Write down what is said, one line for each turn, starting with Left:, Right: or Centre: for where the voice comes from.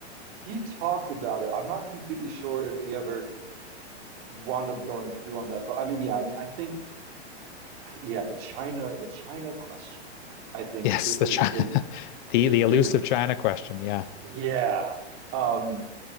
Right: He talked about it. I'm not completely sure if he ever wound up going through on that, but I mean, yeah, I mean, I think, yeah, the China, the China question, I think
Left: Yes,
Right: i-
Left: the
Right: is
Left: China,
Right: is
Left: <laughs> the
Right: is
Left: the elusive
Right: is
Left: China question. Yeah.
Right: yeah. Um,